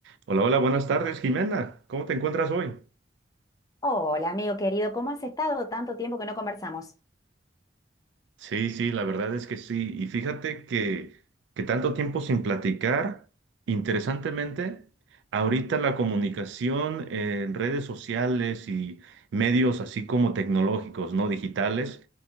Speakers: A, on the right; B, on the left.
A: Hola, hola, buenas tardes, Jimena. ¿Cómo te encuentras hoy?
B: Hola, amigo querido, ¿cómo has estado? Tanto tiempo que no conversamos.
A: Sí, sí, la verdad es que sí. Y fíjate que, que tanto tiempo sin platicar, interesantemente, ahorita la comunicación en redes sociales y medios así como tecnológicos, no digitales,